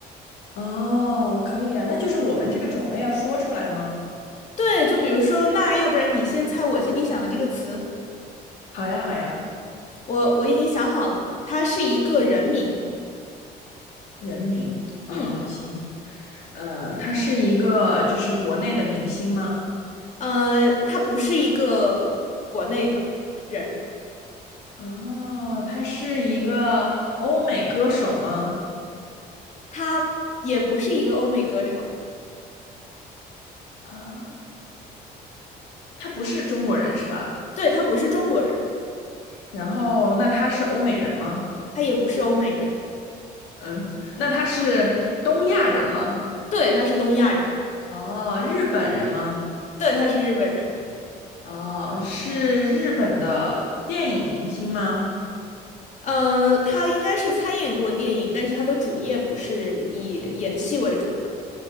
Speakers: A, on the left; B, on the left.
A: 哦，可以啊，那就是我们这个种类要说出来吗？
B: 对，就比如说，那要不然你先猜我心里想的这个词，
A: 好呀，好呀，
B: 我我已经想好了，它是一个人名。
A: 人名啊，
B: 嗯。
A: 行，呃，他是一个就是国内的明星吗？
B: 呃，他不是一个国内的人，
A: 哦，他是一个欧美歌手吗？
B: 他也不是一个欧美歌手，
A: 啊，他不是中国人是吧？
B: 对，他不是中国人，
A: 然后那他是欧美人吗？
B: 他也不是欧美人，
A: 嗯，那他是东亚人吗？
B: 对，他是东亚人，
A: 哦，日本人吗？
B: 对，他是日本人。
A: 哦，是日本的电影明星吗？
B: 呃，他应该是参演过电影，但是他的主业不是以演戏为主的。